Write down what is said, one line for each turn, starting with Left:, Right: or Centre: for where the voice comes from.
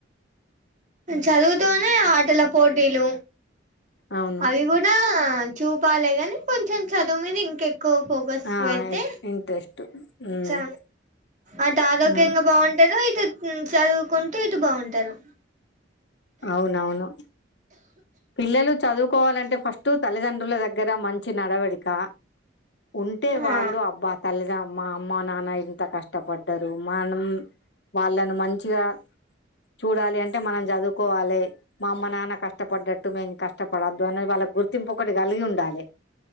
Right: చదువుతూనే ఆటల పోటీలు
Left: అవును
Right: అవి కూడా చూపాలే కని కొంచెం చదువు మీద ఇంకె కో ఫోకస్
Left: ఆ
Right: పెడ్తే
Left: ఇంట్రెస్ట్ ఉమ్,
Right: చ అటు ఆరోగ్యంగా
Left: ఆ,
Right: బాగుంటరు ఇట్ త్ చదువుకుంటూ ఇటు బాగుంటారు
Left: అవునవును పిల్లలు చదువుకోవాలంటే ఫస్టు తల్లిదండ్రుల దగ్గర మంచి నడవడిక ఉంటే వాళ్ళు
Right: ఆ
Left: అబ్బా తల్లిదండ మా అమ్మ నాన్న ఇంత కష్టపడ్డారు మనం వాళ్ళను మంచిగా చూడాలి అంటే మనం చదువుకోవాలే మా అమ్మ నాన్న కష్టపడ్ టు మేము కష్టపడద్దు అనేది వాళ్ళ గుర్తింపు ఒకటి కలిగి ఉండాలే